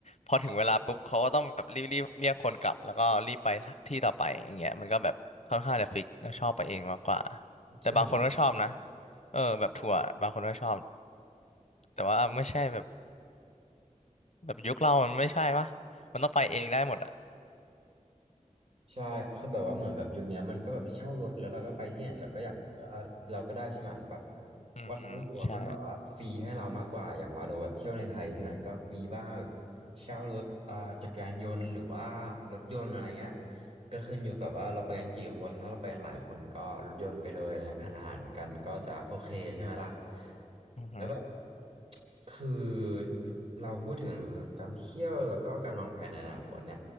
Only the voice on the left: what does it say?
พอถึงเวลาปุ๊บเขาก็ต้องแบบรีบรีบเรียกคนกลับแล้วก็รีบไปที่ต่อไปอย่างเงี้ยมันก็แบบค่อนข้างจะฟิกแล้วชอบไปเองมากกว่าแต่บางคนก็ชอบนะ
เออแบบทัวร์บางคนก็ชอบแต่ว่าไม่ใช่แบบ แบบยุคเรามันไม่ใช่ปะมันต้องไปเองได้หมดอ่ะ
อืมใช่
อือหือ